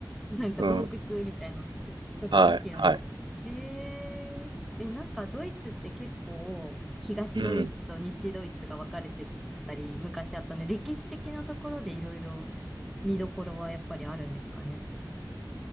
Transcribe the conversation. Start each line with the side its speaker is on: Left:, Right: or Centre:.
Centre: なんか洞窟みたいな
Right: うん。うん
Centre: ところ好きなので。
Right: はい、はい。
Centre: えー、で、なんかドイツって結構東ドイツと西ドイツが分かれてたり昔あったね。
Right: うん。
Centre: 歴史的なところでいろいろ見どころはやっぱりあるんですかね。